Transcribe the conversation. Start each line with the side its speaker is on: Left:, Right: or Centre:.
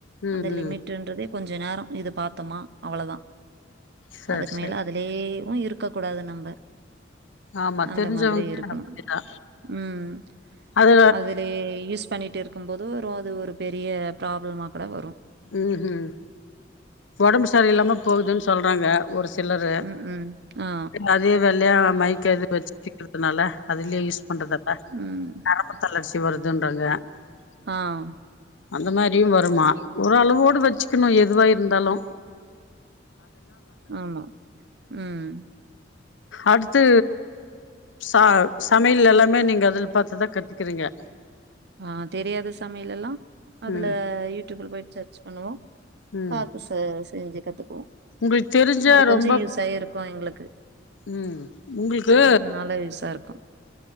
Left: ம்
Right: அந்த
Left: ம்
Right: லிமிட்ன்றது கொஞ்சோ நேரம் இது பாத்தோமா அவ்ளவுதான்
Left: சரி
Right: அதுக்கு மேல
Left: சரி
Right: அதுலயே உ இருக்கு இருக்க கூடாது நம்ம
Left: ஆமா
Right: அந்த
Left: தெரிஞ்சவங்க
Right: மாதிரி இருக்கணும்
Left: அப்படிதா
Right: ம்ம்
Left: அது
Right: அதுலயே யூஸ் பண்ணிட்டு இருக்கும் போது அது ஒரு பெரிய ப்ராப்ளமா கூட வரும்
Left: உம் ம் உடம்பு சரி இல்லாம போகுதுன்னு சொல்றாங்க ஒரு சிலரு
Right: ம், ம். ஆ,
Left: அதே வெளையா மைக்கு எது வச்சுக்கிறதுனால அதுலயே யூஸ் பண்றதுல்ல
Right: ம்.
Left: நரம்பு தளர்ச்சி வரு <unintelligible>
Right: ஆஹ்
Left: அந்த மாதிரியும் வருமா ஓரளவோடு வச்சுக்கணும் எதுவா இருந்தாலும்
Right: ஆமா உம்
Left: அடுத்து ச சமையல் எல்லாமே நீங்க அதில் பாத்துதான் கத்துக்கிறிங்க
Right: ஆ தெரியாத சமையலல்லாம் அதுல
Left: ம்
Right: யூடியூப்ல போய் போய் சர்ச் பண்ணுவோம்
Left: ம்
Right: பாத்து சாஸ் செஞ்சு கத்துக்குவோம்
Left: உங்களுக்கு தெரிஞ்ச
Right: அது
Left: ரொம்ப
Right: கொஞ்சோ யூஸா இருக்கு எங்களுக்கு
Left: ம்ம் உங்களுக்கு
Right: அதுனால யூஸா இருக்கு